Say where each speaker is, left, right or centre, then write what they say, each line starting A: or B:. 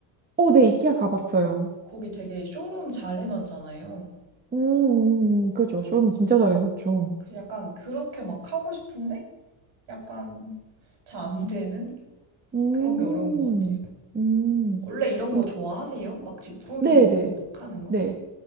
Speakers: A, on the right (about 20°); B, on the right (about 60°).
A: 어, 네 이케아 가봤어요.
B: 거기 되게 쇼룸 잘 해놨잖아요.
A: 음, 음, 음, 그죠. 쇼룸 진짜 잘해놨죠.
B: 그래서 약간 그렇게 막 하고 싶은데 약간 잘 안 되는
A: 음,
B: 그런 게 어려운 것 같아요.
A: 음,
B: 원래 이런 거
A: 이,
B: 좋아하세요? 막 집 꾸미고
A: 네, 네,
B: 막 하는 거?
A: 네.